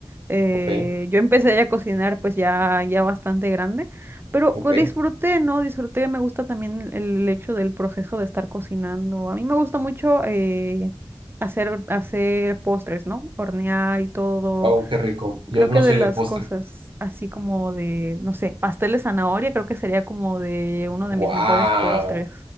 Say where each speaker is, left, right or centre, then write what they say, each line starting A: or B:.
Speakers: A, on the right; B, on the right.
A: Eh,
B: ok,
A: yo empecé ya a cocinar pues ya, ya bastante grande, pero
B: ok.
A: co- disfruté, ¿no? Disfruté, me gusta también el, el hecho del proceso de estar cocinando. A mí me gusta mucho eh, hacer, hacer postres, ¿no? Hornear y todo.
B: Oh, qué rico. Yo
A: Creo
B: no
A: que
B: soy
A: de las
B: de postre.
A: cosas así como de, no sé, pastel de zanahoria, creo que sería como de uno
B: Wow,
A: de mis mejores postres.